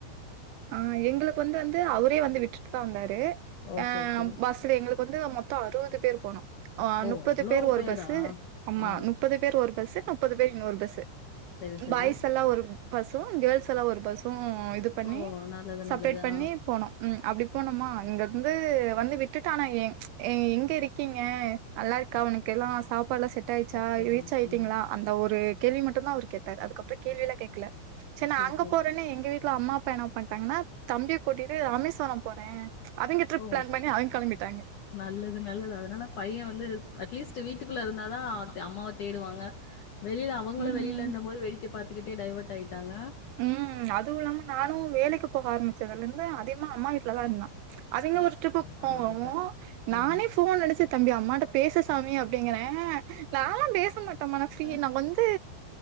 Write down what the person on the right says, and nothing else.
ஆஹ எங்களுக்கு வந்து வந்து அவரே வந்து விட்டுட்டு தா வந்தாரு
ட்டு அ
பஸ்ல எங்களுக் வந்து மொத்த அறுவது பேர் போனோ ஆ
நுப்பது
பேர் ஒரு
பஸ்சு ஆமா
நுப்பது பேர் ஒரு பஸ்சு முப்பது பேர் இன்னொரு பஸ்சு
பாய்ஸ் எல்லா ஒரு பஸூ கேல்ஸ் எல்லா ஒரு பஸ் கு இது பண்ணி
சப்ரேட்
பண்ணி
போனோ ம் அப்டி போணமா அங்கர்ந்து வந்து விட் விட்டு ஆனா ஏங் எங்க இருக்கீங்க நல்லாருக்கா உனக்கெல்லா சாப் ப்பல்லா செட் ஆயிர்ச்சா
ரீச் ஆயிட்டீங்ளா
அந்த ஒரு கேள்வி மட்டுதா அவுரு கேட்டாரு அதுக்கப்பற கேள்வி எல்லா கேக்குல சே நா
அங்க
போறன்னு எங்க வீட் க்ளா அம்மா அப்பா என பண் தங்னா தம்பிய கூட்டிட்டு ராமேஸ்வர போறே அவிங்க ட்ரிப்
பிளான் பண்ணி அவிங்க கெளம்பிட்டாங்க
ம்
ம் அதுவு இல்லாம நானு வேலைக்கு போக ஆரமிச்சதுலேந்து அதிக்மா அம்மா வீட்டுலதா இர்ந்தா அவிங்க
ஒரு ட்ரிப்புக்
போவவு
நானே
ஃபோன் அடிச்சு தம்பி அம்மாட்ட பேசு சாமி அப்டிங்கிறே நால பேசமட் டம்மன
ஃ ப்ரீ நா வந்து